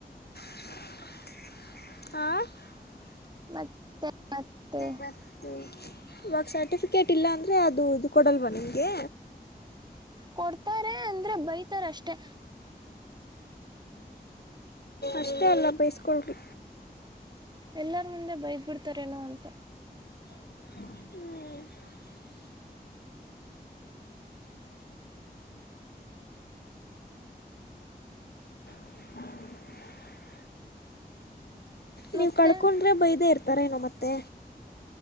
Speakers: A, on the left (about 75°); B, on the right (about 25°).
A: ಹ
B: ಮತ್ತೆ ಮತ್ತೆ
A: ಮ ಇವಾಗ ಸರ್ಟಿಫಿಕೇಟ್ ಇಲ್ಲ ಅಂದ್ರೆ ಅದು ಇದು ಕೊಡಲ್ವಾ ನಿಮಗೆ
B: ಕೊಡ್ತಾರೆ ಅಂದ್ರೆ ಬೈತಾರ ಅಷ್ಟೆ
A: ಅಷ್ಟೇ ಅಲ್ಲ ಬಯಸ್ಕೊೊಳ್ಳಿ
B: ಎಲ್ಲಾರ ಮುಂದೆ ಬೈದ ಬಿಡ್ತಾರೇನೋ ಅಂತ
A: ಹ <unintelligible> ನೀವ್
B: ಮತ್ತೆ
A: ಕಳ್ಕೊಂಡ್ರೆ ಬೈದೆೇ ಇರ್ತಾರ ನೊ ಮತ್ತೆ